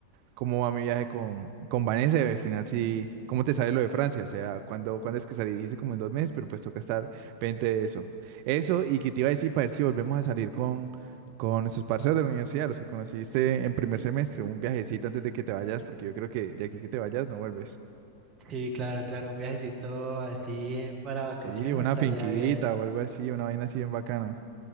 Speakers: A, on the right; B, on the right.
A: cómo va mi viaje con, con Vanessa. y Al final sí, cómo te sale lo de Francia. O sea, cuándo, cuándo es que salí. Dice como en dos meses, pero pues toca estar pendiente de eso. Eso, y que te iba a decir para ver si volvemos a salir con, con esos parceros de la universidad, los que conociste en primer semestre, un viajecito antes de que te vayas, porque yo creo que de aquí que te vayas no vuelves.
B: Sí, claro, claro, un viajecito así eh, para vacaciones
A: Sí, una
B: estaría
A: finquita
B: bien.
A: o algo así, una vaina así bien bacana.